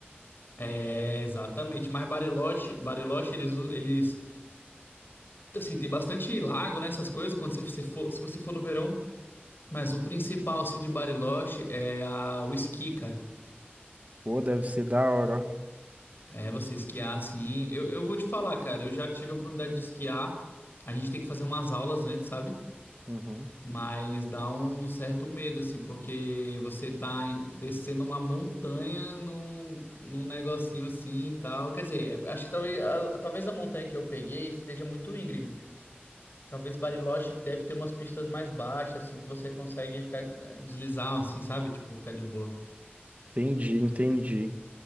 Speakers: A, on the left; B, on the right.
A: É, exatamente. Mas Bariloche, Bariloche, eles, u- eles, assim, tem bastante lago, né, essas coisas, quando você, você for, se você for no verão. Mas o principal, assim, de Bariloche é a, o esqui, cara.
B: Pô, deve ser da hora,
A: É, você esquiar, assim. Eu, eu vou te falar, cara, eu já tive a oportunidade de esquiar. A gente tem que fazer umas aulas antes, sabe?
B: ó. Uhum.
A: Mas dá um certo medo, assim, porque você tá em- descendo uma montanha num, num negocinho assim e tal. Quer dizer, é- acho que talvez a, talvez a montanha que eu peguei esteja muito íngreme. Talvez Bariloche deve ter umas pistas mais baixas, assim, que você consegue ficar eh, deslizar, assim, sabe? Tipo, ficar de boa.
B: Entendi, entendi.